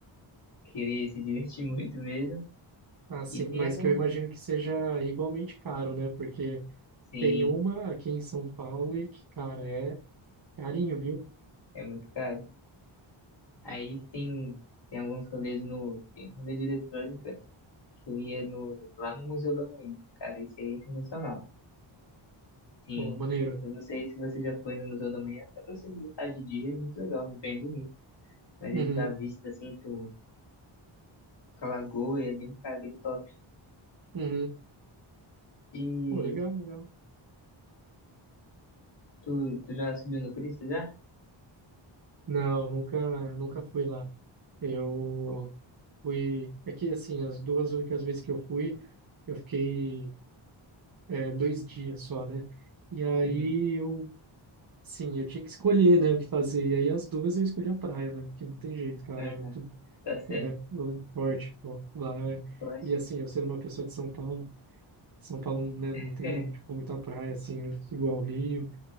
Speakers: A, on the left; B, on the right.
A: querer se divertir <laughs> muito mesmo.
B: Ah, sim.
A: E tem
B: Mas
A: algum,
B: que eu imagino que seja igualmente caro, né? Porque
A: sim,
B: tem uma aqui em São Paulo e que, cara, é. Carinho, viu?
A: é muito caro. Aí tem tem alguns rolês no, tem um rolê de eletrônica que eu ia no lá no Museu da Manhã. Cara, esse aí é sensacional. Sim,
B: Pô, maneiro.
A: eu não sei se você já foi no Museu da Manhã, dá pra você visitar de dia, é muito legal, é bem bonito. Mas
B: Uhum,
A: ele dá vista assim pro, pra lagoa, e é bem, cara, bem top.
B: uhum.
A: E
B: Pô, legal, legal.
A: tu, tu já subiu no Cristo já?
B: Não, nunca, nunca fui lá. Eu
A: Pô,
B: fui. É que, assim, as duas únicas vezes que eu fui, eu fiquei é, dois dias só, né? E aí
A: uhum.
B: eu, sim, eu tinha que escolher, né, o que fazer. E aí as duas eu escolhi a praia, né? Porque não tem jeito, cara.
A: Ah,
B: É muito
A: tá certo,
B: é, forte, pô. Lá é-
A: eu acho.
B: E, assim, eu sendo uma pessoa de São Paulo, São Paulo, né, não
A: <laughs>
B: tem, tipo, muita praia, assim, igual Rio.